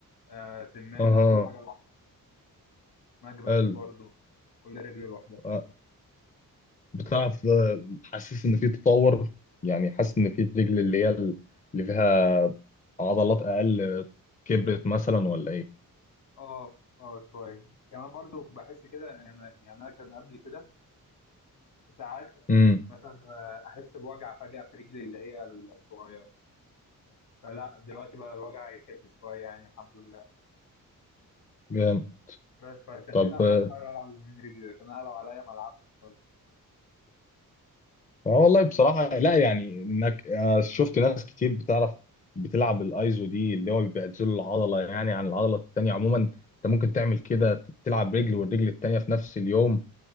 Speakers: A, on the left; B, on the left.
A: آه، سمانه
B: اها
A: كل حاجه لوحدها مكبس
B: حلو
A: برضو كل رجل لوحدها
B: آه، بتعرف آه، حاسس ان في تطور يعني حاسس ان في الرجل اللي هي ال- اللي فيها عضلات اقل كبرت مثلا ولا ايه
A: اه اه شويه كمان برضو بحس كده انا يعني انا كان قبل كده ساعات
B: امم
A: مثلا آه، احس بوجع فجاه في رجلي اللي هي الصغيره فلا دلوقتي بقى الوجع يخف شويه يعني الحمد لله
B: جامد
A: بس فعشان
B: طب
A: كده انا مضطر العب من رجلي لكن انا لو عليا ما العبش خالص
B: اه والله بصراحة لا يعني انك آه، شفت ناس كتير بتعرف بتلعب الايزو دي اللي هو بيعزل العضلة يعني عن العضلة التانية عموما انت ممكن تعمل كده ت- تلعب رجل والرجل التانية في نفس اليوم